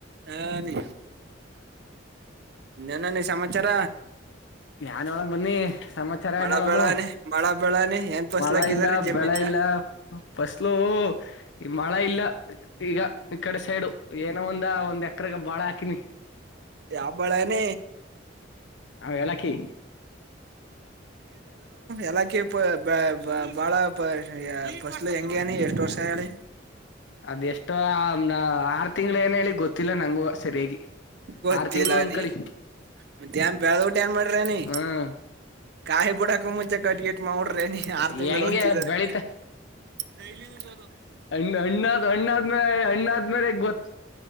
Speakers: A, on the right (about 60°); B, on the left (about 65°).
A: ಹಾ ನೀ ನನ್ನ ನೀ ಸಮಾಚಾರ.
B: ಏನ್ ಹೇಳಳಮ್ಮ ಬನ್ನಿ ಸಮಾಚಾರ
A: ಮಳ
B: ಏನ್ೋಳಮ್ಮ
A: ಬೆಳಾನಿ ಮಳ ಬೆಳಾನಿ ಏನ್ ಫಸ್ಲಾಕಿದಾರಿ
B: ಮಳೆ ಇಲ್ಲ
A: ಜಮೀನ್ಗ
B: ಬೆಳೆ ಇಲ್ಲ ಫಸ್ಲು. ಈ ಮಳೆ ಇಲ್ಲ. ಈಗ ಇ ಕಡೆ ಸೈಡು. ಏನೋ ಒಂದ ಒಂದ ಎಕ್ರಗ ಬಾಳೆ ಹಾಕಿನಿ.
A: ಯಾವ ಬಳನೆ.
B: ಹಾ ಎಲಕ್ಕಿ
A: ಎಲಾಕಿ ಪ ಬಾ ಬಾಳ ಪ ಫಸಲು ಹೆಂಗನಿ ಎಷ್ಟು ವರ್ಷ ಹೇಳಿ
B: ಅದ್ ಎಷ್ಟೋ ಆಮ್ ಆ. ತಿಂಗಳು ಏನ ಹೇಳಿ ಗೊತ್ತಿಲ್ಲ ನಂಗೂ ವ ಸರಿಯಾಗಿ.
A: ಗೊತ್ತಿಲ್ಲಲ್
B: ಆರ್ ತಿಂಗ್ಗಳು ಒಂದ್
A: ನೀ
B: ಕಳಿ
A: ಮತ್ ಬೇಲೂಡ್ಬಿಟ್ಟ ಏನ್ ಮಾಡ್ರ ನೀ.
B: ಹ್ಮ್
A: ಕಾಯಿ ಬುಡಾಕ ಮುಂಚ ಕಟ್ಗೇಟ್ ಗಿಟ್ ಮಾಡರ್. ಅ ನೀ
B: ಅದ
A: ಆರು ತಿಂಗಳು
B: ಹೆಂಗೆ
A: ಅಂತಿದರೇ.
B: ಬೆಳಿತ
A: ಡೈಲಿ ಯೂಸ್
B: ಹಣ್ಣ ಅಣ್ಣಾದ್ ಅಣ್ಣಾದ್ಮೇಲೆ ಅಣ್ಣಾದ್ ಮೇಲೆ ಗೊತ್ತ